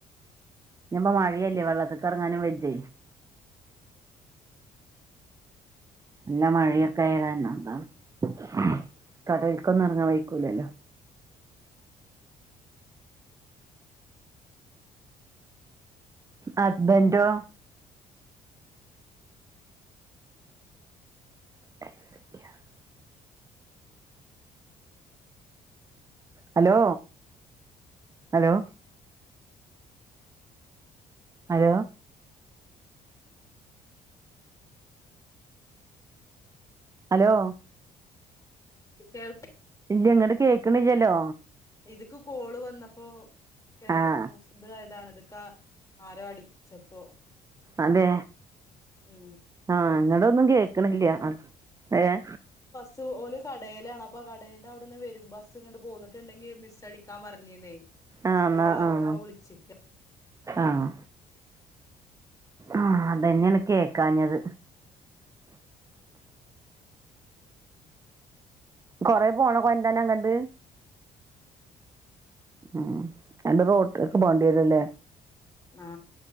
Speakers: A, on the right (about 15°); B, on the left (about 15°).
A: ഞ് പ്പ മഴയല്ലേ വെള്ളത്ത്ക്കെർങ്ങാനും വെജ്ജെ ല്ല മഴയൊക്കെ <unintelligible> കടൽക്കൊന്നും എറങ്ങാൻ വൈക്കൂല്ലൊ ഹസ്ബന്റൊ <inaudible> ഹലോ ഹലോ ഹലോ ഹലോ
B: കേൾക്ക്
A: ഇല്ല്യ ങ്ങട് കേൾക്ക്ണില്ല്യല്ലോ
B: ഇത്ക്ക് കോള് വന്നപ്പോ കേ
A: ആഹ്
B: ത് അതാണ് ഇത്ക്ക ആരോ അടിച്ചപ്പോ
A: അതെ
B: <unintelligible>
A: ആഹ് ഇങ്ങടൊന്നും കേക്കണില്ല ഏഹ്
B: സു ഓല് കടേലാണ് അപ്പ കടേന്റെവിട്ന്ന് വരും ബസ് ഇങ്ങട് പോന്ന്ട്ട്ണ്ടെങ്കി മിസ് അടിക്കാ പറഞ്ഞിന്നേ.
A: ആഹ്
B: അപ്പൊ
A: എന്നാ
B: ഓള
A: ആഹ്
B: ഉപ്പ വിളിച്ചിക്ക.
A: ആഹ്. ആഹ് അതന്നേണ് കേക്കാഞ്ഞത്. കൊറെ പോണക്കോന്റനങ്ങട്ട്.? ഉം എന്റെ റോട്ട്ക്ക്
B: എന്തൊക്കെ
A: പോണ്ടിരും ലെ?
B: ആഹ്.